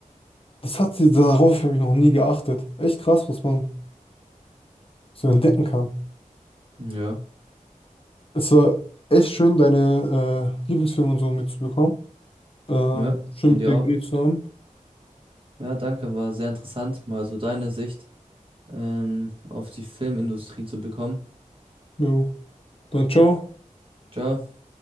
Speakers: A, on the left (about 40°); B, on the right (about 40°).
A: Das hat sie, darauf habe ich noch nie geachtet. Echt krass, was man so entdecken kann.
B: Ja,
A: Es war echt schön, deine äh, Lieblingsfilme und so mitzubekommen. Ähm,
B: ja,
A: schön
B: und
A: mit
B: dir
A: dir
B: auch.
A: geredet zu haben.
B: Ja, danke, war sehr interessant, mal so deine Sicht. ähm, auf die Filmindustrie zu bekommen.
A: Jo. Dann ciao.
B: Ciao.